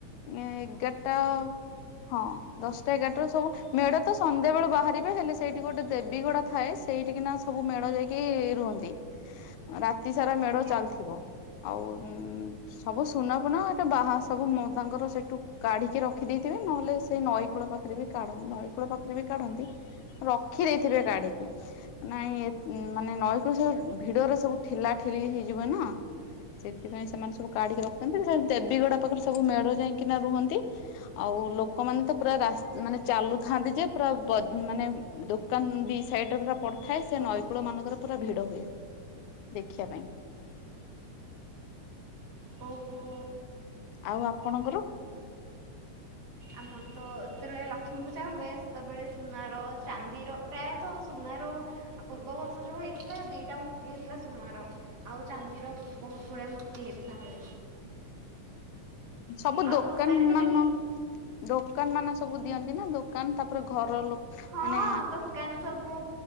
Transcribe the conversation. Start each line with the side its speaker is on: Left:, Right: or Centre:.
Left: ଉଁ ଏଗାରଟା ହଁ। ଦଶଟା ଏଗାରଟାରୁ ସବୁ ମେଢ ତ ସନ୍ଧ୍ୟା ବେଳୁ ବାହାରିବେ। ହେଲେ ସେଇଠି ଗୋଟେ ଦେବୀଗଡା ଥାଏ ସେ ସେଇଠିକିନା ସବୁ ମେଢ ଯାଇକି ରୁହନ୍ତି। ରାତି ସାରା ମେଢ
Right: ଆଜ୍ଞା
Left: ଚାଲିଥିବ। ଆଉ ଉଁ ସବୁ ସୁନା ଫୁନା ଏଟା ଡାହା ସବୁ ମ ତାଙ୍କର ସେଠୁ କାଢିକି ରଖିଦେଇଥିବେ। ନହେଲେ ସେଇ ନଈକୂଳ ପାଖରେ ବି କାଢ, ନଈକୂଳ ପାଖରେ ବି କାଢନ୍ତି ରଖି ଦେଇେଇଥିବେ କାଢିକି। ନାଇଁ ଏ ମାନେ ନଈକୂରୁ ସବୁ ଭିଡରେ ସବୁ ଠେଲା ଠେଲି ହେଇଯିବ ନା। ସେଥିପାଇଁ ସେମାନେ ସବୁ କାଢିକି ରଖନ୍ତି। ସେ ଦେବୀଗଡା ପାଖରେ ସବୁ ମେଢ ଯାଇକିନା ରୁହନ୍ତି। ଆଉ ଲୋକମାନେ ତ ପୁରା ରାସ୍ତ ମାନେ ଚାଲୁଥାନ୍ତି ଯେ ପୁରା ବ ମାନେ ଦୋକ କାନ ଦି ସାଇଡରେ ପୁରା ପଡୁଥାଏ। ସେ
Right: ଭୋଗ
Left: ନଈକୂଳ
Right: କରୁ।
Left: ମାନଙ୍କରେ ପୁରା ଭିଡ ହୁଏ ଦେଖିବା ପାଇଁ।
Right: ଓହୋ।
Left: ଆଉ ଆପଣଙ୍କର?
Right: ଆମର ତ ଯେତେବେଳେ ଲକ୍ଷ୍ମୀ ପୂଜା ହୁଏ ସେତେବେଳେ ସୁନାର, ଚାନ୍ଦିର ପ୍ରାୟତଃ ସୁନାର ଆ ପୂର୍ବ ବର୍ଷ ଯୋଉ ହେଇଥିଲା ଦିଟା ମୂର୍ତ୍ତି ହେଇଥିଲା ସୁନାର। ଆଉ ଚାନ୍ଦିର ବହୁତ ଗୁଡାଏ ମୂର୍ତ୍ତି ହେଇଥିଲା ବେ।
Left: ସବୁ
Right: ଆଉ
Left: ଦୋକାନ
Right: ଭସାଣି ତ ଦେଖି
Left: ମାନ ଦୋକାନ ମାନ ସବୁ ଦିଅନ୍ତି ନା। ଦୋକାନ ତାପରେ ଘର ଲୋକ
Right: ହଁ
Left: ମାନେ
Right: ଦୋକାନ ସବୁ